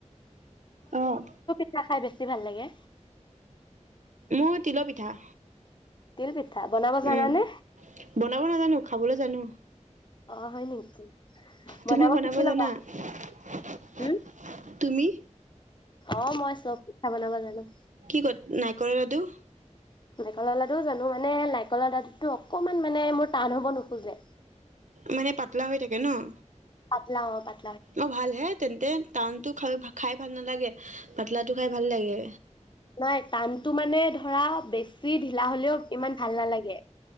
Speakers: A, on the right; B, on the left.
A: অ'।
B: তেতিয়া, খাই বেছি ভাল লাগে!
A: মোৰ তিল পিঠা।
B: তিল পিঠা, বনাব জানানে?
A: উম বনাব নাজানোঁ, খাবলৈ জানোঁ।
B: অ'! হয় নেকি? বনাব
A: তুমি
B: শিকি ল'বা।
A: জানা <unintelligible>
B: হুম।
A: তুমি?
B: অ'! মই চব পিঠা বনাব জানোঁ।
A: কি ক'ত, নাৰিকল লাডু?
B: নাৰিকলৰ লাডুও জানোঁ। মানে, নাৰিকলৰ লাডুটো অকণমান মানে, মোৰ টান হব নোখোঁজে।
A: মানে, পাতলা হৈ থাকে ন'?
B: পাতলা অ'! পাত
A: অ' ভালহে তেন্তে। টানটো খা-খাই ভাল নালাগে, পাতলাটো খাই ভাল লাগে।
B: নাই, টানতো মানে ধৰা, বেছি ঢিলা হ'লেও ইমান ভাল নালাগে।